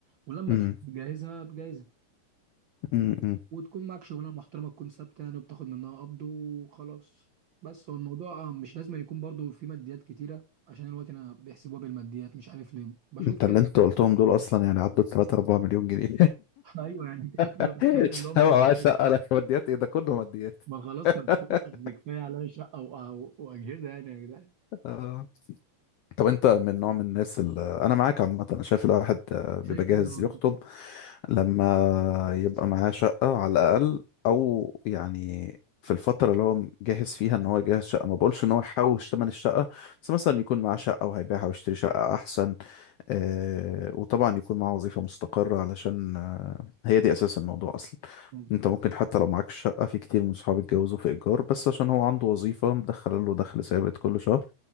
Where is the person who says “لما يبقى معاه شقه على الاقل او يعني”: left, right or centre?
Left